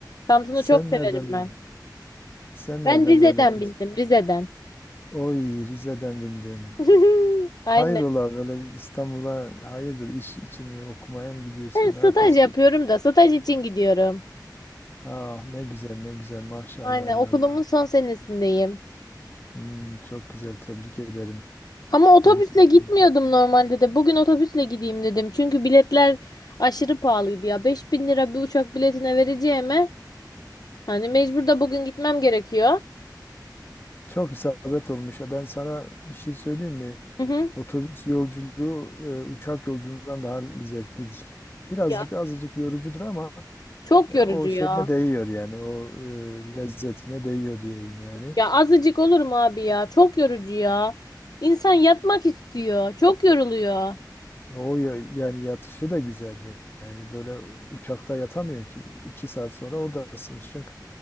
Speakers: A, on the left (about 60°); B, on the left (about 30°).
A: Samsun'u
B: Sen
A: çok severim
B: nereden
A: ben.
B: sen
A: Ben
B: nereden
A: Rize'den
B: böyle kız?
A: bildim, Rize'den.
B: Oy Rize'den bindin.
A: <laughs> Aynen.
B: Hayrola böyle İstanbul'a hayırdır iş için mi okumaya mı gidiyorsun?
A: Ben staj
B: Ne yapıyorsun?
A: yapıyorum da staj için gidiyorum.
B: Ah ne güzel ne güzel maşallah
A: Aynen
B: evladım.
A: okulumun son senesindeyim.
B: Hmm, çok güzel tebrik ederim.
A: Ama otobüsle
B: Tebrik ederim.
A: gitmiyordum normalde de. Bugün otobüsle gideyim dedim. Çünkü biletler aşırı pahalıydı ya. 5000 lira bir uçak biletine vereceğime hani mecbur da bugün gitmem gerekiyor.
B: Çok isabet olmuş. ya. Ben sana bir şey söyleyeyim mi?
A: Hı hı.
B: Otobüs yolculuğu e, uçak yolculuğundan daha zevklidir. Birazcık
A: Ya
B: azıcık yorucudur ama
A: çok
B: e,
A: yorucu
B: o şeyine
A: ya.
B: değiyor yani o e, lezzetine değiyor diyeyim yani.
A: Ya azıcık olur mu abi ya? Çok yorucu ya. İnsan yatmak istiyor. Çok yoruluyor.
B: E, o ya- yani yatışı da güzel yani. Yani böyle uçakta yatamıyorsun ki iki saat sonra oradasın şınk.